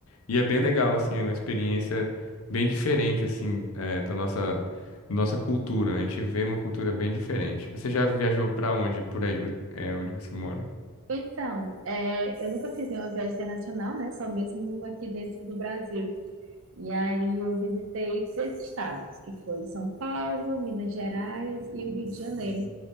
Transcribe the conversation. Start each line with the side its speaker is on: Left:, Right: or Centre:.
Left: E é bem legal, assim, é uma experiência bem diferente, assim, eh, da nossa, nossa cultura. A gente vê uma cultura bem diferente. Você já viajou para onde, por aí, eh, onde você mora?
Right: Então, é, eu nunca fiz nenhuma viagem internacional, né? Só mesmo aqui dentro do Brasil. E aí eu visitei seis estados, que foi São Paulo, Minas Gerais e o Rio de Janeiro.